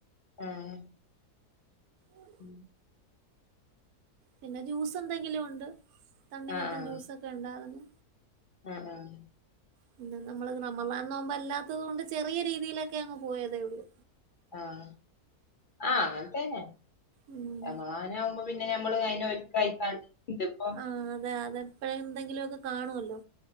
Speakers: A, on the left (about 65°); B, on the right (about 75°).
A: ആഹ്
B: ഉം
A: <inaudible>
B: പിന്നെ ജ്യൂസ് എന്തെങ്കിലൂ ഒണ്ട് തണ്ണിമത്തൻ
A: ആഹ് ആഹ്
B: ജ്യൂസൊക്കെ ഒണ്ടാറ്ന്നു
A: ആ ആഹ്
B: പിന്നെ നമ്മളത് റമളാ നോമ്പല്ലാത്തത് കൊണ്ട് ചെറിയ രീതിയിലെക്കെ അങ്ങ് പോയതേ ഒള്ളൂ
A: ആഹ് ആഹ അങ്ങനത്തന്നെ
B: ഉം
A: റമനാവുമ്പോ പിന്നെ ഞമ്മള് അയിനെ ഒരുക്കായി കണ്ട് <unintelligible>
B: ആ അതെ അതെ ഇപ്പഴെ എന്തെങ്കിലു ഒക്കെ കാണുവല്ലോ